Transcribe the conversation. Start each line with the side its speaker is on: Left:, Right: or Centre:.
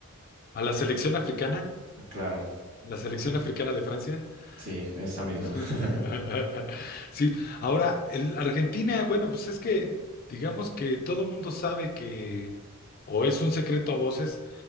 Left: ¿A la selección
Right: Oh,
Left: africana?
Right: claro,
Left: ¿La selección africana de Francia?
Right: sí, esa misma.
Left: <laughs>
Right: <laughs>
Left: Sí, ahora el- Argentina, bueno, pues es que digamos que todo mundo sabe que, o es un secreto a voces,